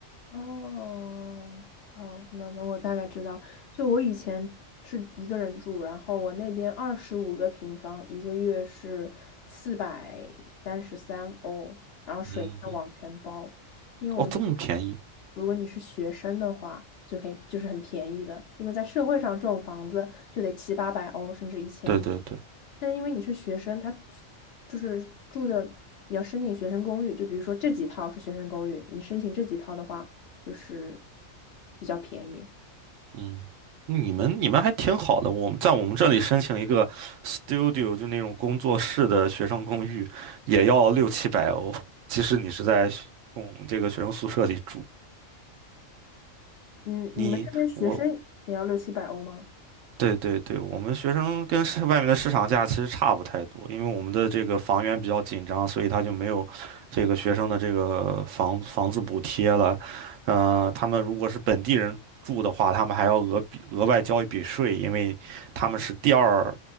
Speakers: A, on the left (about 60°); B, on the right (about 75°).
A: 哦，哦，那那我大概知道，就我以前是一个人住，然后我那边二十五个平方，一个月是四百三十三欧，然后水电网全包，
B: 嗯嗯，
A: 因为我们这边
B: 哦，这么便宜？
A: 如果你是学生的话，就可以就是很便宜的，因为在社会上这种房子就得七八百欧甚至一千。
B: 对对对，
A: 欧。但是因为你是学生，他就是住的，你要申请学生公寓，就比如说这几套是学生公寓，你申请这几套的话，就是比较便宜。
B: 嗯，你们你们还挺好的。我们在我们这里申请一个 studio，就那种工作室的学生公寓，也要六七百欧。即使你是在学嗯这个学生宿舍里住，
A: 嗯，你们这边学生也要六七百欧吗？
B: 你我对对对，我们学生跟市外面的市场价其实差不太多，因为我们的这个房源比较紧张，所以他就没有这个学生的这个房房子补贴了。呃，他们如果是本地人住的话，他们还要额比额外交一笔税，因为他们是第二，